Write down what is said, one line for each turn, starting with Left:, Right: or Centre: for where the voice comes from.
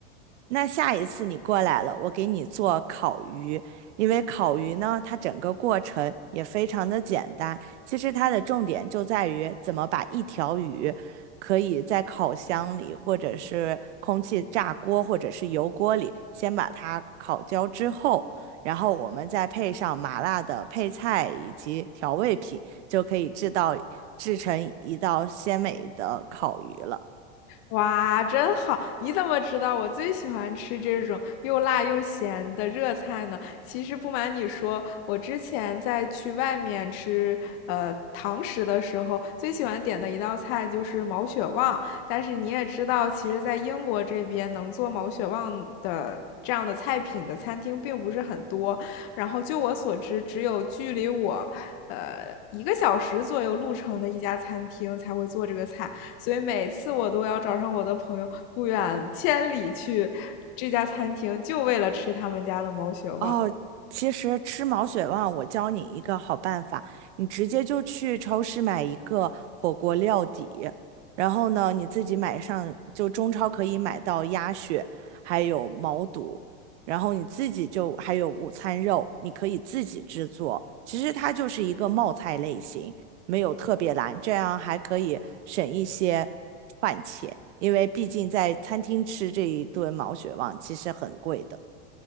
Right: 那下一次你过来了，我给你做烤鱼，因为烤鱼呢，它整个过程也非常的简单。其实它的重点就在于怎么把一条鱼可以在烤箱里，或者是空气炸锅，或者是油锅里，先把它烤焦之后，然后我们再配上麻辣的配菜以及调味品，就可以制到制成一道鲜美的烤鱼了。
Left: 哇，真好！你怎么知道我最喜欢吃这种又辣又咸的热菜呢？其实不瞒你说，我之前在去外面吃呃堂食的时候，最喜欢点的一道菜就是毛血旺。但是你也知道，其实，在英国这边能做毛血旺的这样的菜品的餐厅并不是很多。然后，就我所知，只有距离我，呃，一个小时左右路程的一家餐厅才会做这个菜。所以每次我都要找上我的朋友，不远千里去这家餐厅，就为了吃他们家的毛血旺。
Right: 哦，其实吃毛血旺，我教你一个好办法，你直接就去超市买一个火锅料底，然后呢，你自己买上，就中超可以买到鸭血，还有毛肚，然后你自己就还有午餐肉，你可以自己制作。其实它就是一个冒菜类型，没有特别难，这样还可以省一些饭钱，因为毕竟在餐厅吃这一顿毛血旺其实很贵的。